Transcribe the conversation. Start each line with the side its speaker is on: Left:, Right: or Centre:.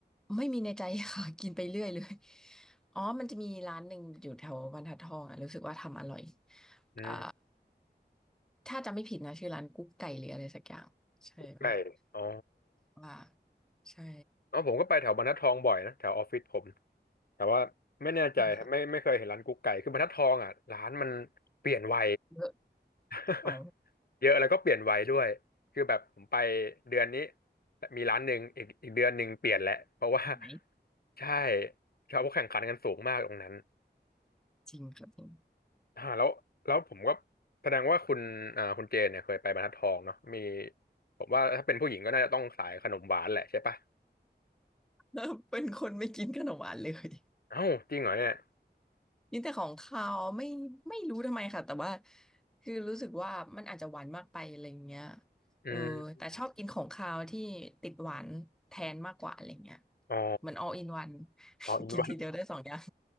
Centre: ไม่มีในใจค่ะ <laughs> กินไปเรื่อยเลยอ๋อมันจะมีร้านหนึ่งอยู่แถวบรรทัดทองอ่ะรู้สึกว่าทำอร่อย
Left: อืม
Centre: อ่าถ้าจำไม่ผิดนะชื่อร้านกุ๊กไก่หรืออะไรสักอย่างใช่มันบอก
Left: ใช่อ๋อ
Centre: ว่าใช่
Left: อ๋อผมก็ไปแถวบรรทัดทองบ่อยนะแถวออฟฟิศผมแต่ว่าไม่แน่ใจไม่ไม่เคยเห็นร้านกุ๊กไก่คือบรรทัดทองอ่ะร้านมัน
Centre: ค่ะ
Left: เปลี่ยนไว
Centre: เยอะ
Left: <laughs>
Centre: อ๋อ
Left: เยอะแล้วก็เปลี่ยนไวด้วยคือแบบผมไปเดือนนี้มีร้านหนึ่งอีกอีกเดือนหนึ่งเปลี่ยนแหละเพราะว่า
Centre: หาย
Left: <laughs> ใช่เขาแข่งขันกันสูงมากตรงนั้น
Centre: จริงครับจริง
Left: อ่าแล้วแล้วผมก็แสดงว่าคุณอ่าคุณเจนเนี่ยเคยไปบรรทัดทองเนาะมีผมว่าถ้าเป็นผู้หญิงก็น่าจะต้องสายขนมหวานแหละใช่ปะ
Centre: <laughs> เป็นคนไม่กินขนมหวานเลย
Left: เอ้าจริงเหรอเนี่ย
Centre: ยินแต่ของเขาวไม่ไม่รู้ทำไมค่ะแต่ว่าคือรู้สึกว่ามันอาจจะหวานมากไปอะไรเงี้ย
Left: อืม
Centre: เออแต่ชอบกินของคาวที่ติดหวานแทนมากกว่าอะไรเงี้ย
Left: อ๋อ
Centre: เหมือน all in one <laughs>
Left: อ๋ออินวัน
Centre: กินทีเดียวได้สองอย่าง